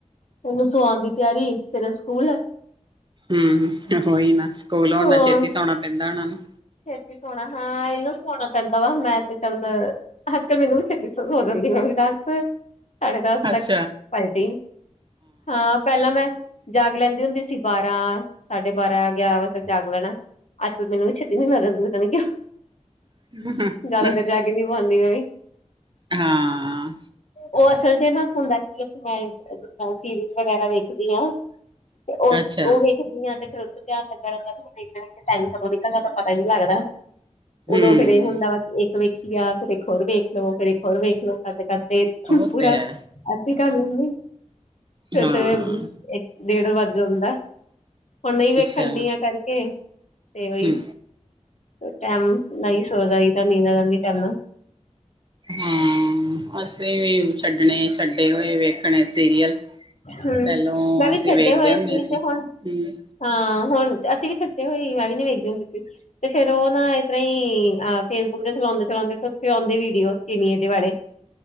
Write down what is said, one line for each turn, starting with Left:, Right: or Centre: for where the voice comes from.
Left: ਉਹ ਨੂੰ ਸਵਾਉਣ ਦੀ ਤਿਆਰੀ ਐ, ਸਵੇਰੇ ਸਕੂਲ
Right: ਹੂੰ, ਉਹੀ ਨਾ ਸਕੂਲ
Left: ਹਾਂ
Right: ਹੋਣ ਨਾਲ ਛੇਤੀ ਸੌਣਾ ਪੈਂਦਾ ਉਹਨਾ ਨੂੰ।
Left: ਛੇਤੀ ਸੋਣਾ ਹਾਂ ਇਹਨੂੰ ਸੋਣਾ ਪੈਂਦਾ ਵਾ, ਮੈਂ ਤੇ ਚੱਲ ਅੱਜ -ਕੱਲ੍ਹ ਮੈਨੂੰ ਵੀ ਛੇਤੀ ਸੋ ਸ਼ੁਰੂ ਹੋ ਜਾਂਦੀ ਵ ਵੀ ਦਸ ਸਾਢੇ ਦਸ ਤੱਕ,
Right: ਅੱਛਾ,
Left: ਪਾਲਟੀ, ਹਾਂ। ਪਹਿਲਾਂ ਮੈਂ ਜਾਗ ਲੈਂਦੀ ਹੁੰਦੀ ਸੀ ਬਾਰਾਂ, ਸਾਢੇ ਬਾਰਾਂ, ਗਿਆਰਾਂ ਵਜੇ ਤੱਕ ਜਾਗ ਲੈਣਾ। ਅੱਜ ਕੱਲ੍ਹ ਕਿੰਨੇ ਵਜੇ? ਨੀਂਦ ਆ ਜਾਂਦੀ ਪਤਾ ਨੀ ਕਿਉਂ,
Right: ਅੱਛਾ,
Left: ਜਿਆਦਾ ਦੇਰ ਜਾਗ ਨੀ ਪਾਉਂਦੀ ਮੈਂ ਵੀ।
Right: ਹਾਂ।
Left: ਉਹ ਅਸਲ 'ਚ ਹੁੰਦਾ ਕੀ, ਮੈਂ ਜਿਸ ਤਰ੍ਹਾਂ ਸੀਰੀਜ਼ ਵਗੈਰਾ ਵੇਖਦੀ ਆ। ਤੇ ਉਹ,
Right: ਅੱਛਾ,
Left: ਉਹ ਵੇਖਦੀ ਆ ਤੇ ਫਿਰ ਉਹ 'ਚ ਧਿਆਨ ਲੱਗਿਆ ਰਹਿੰਦਾ, ਟਾਇਮ ਬਗੈਰਾ ਕਦੋਂ ਨਿਕਲ ਜਾਂਦਾ। ਪਤਾ ਹੀ ਨਹੀਂ ਲੱਗਦਾ,
Right: ਹੂੰ,
Left: ਉਦੋਂ ਫੇਰ ਇਹ ਹੁੰਦਾ ਵਾ ਕਿ ਵੇਖਿਆ ਫਿਰ ਇੱਕ ਹੋਰ ਵੇਖਲੋ, ਫਿਰ ਇੱਕ ਹੋਰ ਵੇਖ ਲੋ, ਕਰਦੇ -ਕਰਦੇ ਫਿਰ
Right: ਉਹ
Left: ਪੂਰਾ,
Right: ਤੇ ਹੈ।
Left: ਅੱਧਾ ਕਰ ਲੈਂਦੇ ਫਿਰ
Right: ਹਾਂ,
Left: ਤੇ, ਇੱਕ ਡੇਢ ਵੱਜ ਜਾਂਦਾ, ਹੁਣ ਨਹੀਂ ਵੇਖਣ
Right: ਅੱਛਾ।
Left: ਡੀਆਂ ਕਰਕੇ, ਤੇ ਉਹੀ
Right: ਹੂੰ,
Left: ਟਾਈਮ, ਨਾਲ ਸੋ ਜਾਈਦਾ ਦਾ ਨੀਂਦ ਆ ਜਾਂਦੀ, ਟੈਮ ਨਾਲ।
Right: ਹਾਂ, ਅਸੀਂ ਵੀ ਛੱਡਣੇ ਛੱਡੇ ਹੋਏ ਵੇਖਣੇ ਸੀਰੀਅਲ। ਪਹਿਲੋਂ
Left: ਹੂੰ ਮੈਂ ਵੀ
Right: ਅਸੀਂ
Left: ਛੱਡੇ
Right: ਵੇਖਦੇ
Left: ਹੋਏ
Right: ਹੁੰਦੇ ਸੀ,
Left: ਤੇ ਹੁਣ
Right: ਹਮ।
Left: ਹਾਂ, ਹੁਣ ਅਸੀਂ ਵੀ ਛੱਡੇ ਹੋਏ, ਮੈਂ ਵੀ ਨੀ ਵੇਖਦੀ ਹੁੰਦੀ ਸੀ। ਤੇ ਫੇਰ ਉਹ ਨਾ ਇਸ ਤਰ੍ਹਾਂ ਈ, ਫੇਸਬੁੱਕ ਤੇ ਚਲਾਉਂਦੇ- ਚਲਾਉਂਦੇ ਉੱਥੇ ਆਉਂਦੇ ਵੀਡੀਓ ਚੀਨੀਏ ਦੇ ਵਾਲੇ